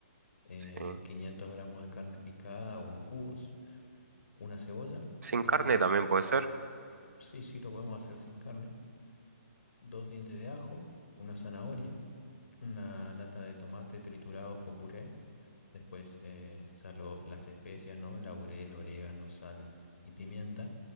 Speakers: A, on the left (about 65°); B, on the right (about 75°).
A: eh,
B: sí.
A: 500 gramos de carne picada o en cubos, una cebolla,
B: Sin
A: dos
B: carne
A: dientes.
B: también puede ser,
A: Sí, sí, lo podemos hacer sin carne. dos dientes de ajo, una zanahoria, una lata de tomate triturado o puré. Después, eh, ya lo- las especias, ¿no? Laurel, orégano, sal y pimienta.